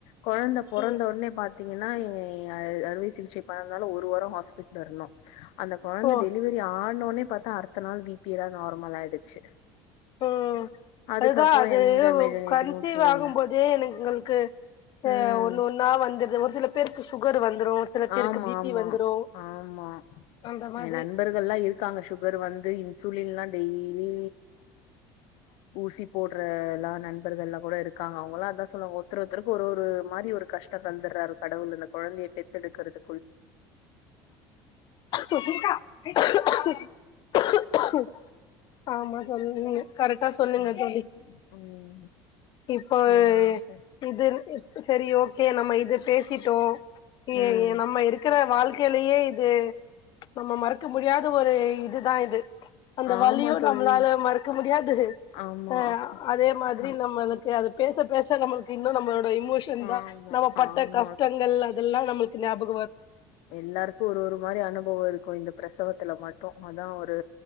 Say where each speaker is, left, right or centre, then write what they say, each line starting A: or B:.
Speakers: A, on the left (about 70°); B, on the left (about 45°).
A: குழந்த பொறந்த
B: ம்
A: உடனே பாத்தீங்கன்னா இ அறுவை சிகிச்சை பன்னாலு ஒரு வார ஹாஸ்பிட்டல இருந்தோ அந்த குழந்தை
B: ஓ
A: டெலிவரி ஏ ஆடுனோனே பாத்தா அடுத்த நாள் பி பி ல்லா நார்மல் ஆயிடுச்சு
B: ம்
A: அதுக்கப்புறம்
B: அதுதா அது
A: எந்த மெடி
B: கன்சீவ்
A: எதுவும் போடல.
B: ஆகும் போதே என எங்களுக்கு அ
A: ம்.
B: ஒன்னு ஒன்னா வந்துருது ஒரு சில பேருக்கு சுகர் வந்துரு சில பேருக்கு
A: ஆமா
B: பி
A: ஆமா
B: பி வந்துரு
A: ஆமா
B: அந்த மாதிரி
A: என் நண்பர்கள் எல்லா இருக்காங்க சுக சுகர் வந்து இன்சுலின் ல்லா டெய்லி ஊசி போட்ற எல்லா நண்பர்கள் ல்லா கூட இருக்காங்க அவங்கல்லா அதா சொல்லுவாங்க ஒருத்தர் ஒருத்தருக்கு ஒரு ஒரு மாரி ஒரு கஷ் ட்டத தந்துடுறாரு கடவுள் அந்த குழந்தைய பெத்தெடுக்கிறது
B: சொ <unintelligible> ஆமா சொல்லுனிய கரெக்டா சொன்னிங்க
A: ம்.
B: தோழி
A: ம்.
B: இப்பவே
A: சரிங்க தோழி.
B: இது சரி ஓகே நம்ம இது பேசிட்டோ ஏ
A: ம்.
B: ஏ நம்ம நம்ம இருக்கிற வாழ்க்கையிலயே இது நம்ம மறக்க முடியாத ஒரு இதுதா இது அந்த
A: ஆமா
B: வலியு
A: தோழி.
B: நம்மளால மறக்க முடியாது
A: ஆமா.
B: அ அதே மாதிரி
A: ஆ-
B: நம்மளுக்கு அது பேச பேச நம்மளுக்கு இன்னும் நம்மளோட இமோஷன் தா
A: ஆமா,
B: நம்ம பட்ட
A: ஆமா.
B: கஷ்டங்கள் அதெல்லா நம்மளுக்கு ஞாபகத்து
A: எல்லாருக்கு ஒரு ஒரு மாரி அனுபவம் இருக்கும் இந்த பிரசவத்துல மட்டு அதா ஒரு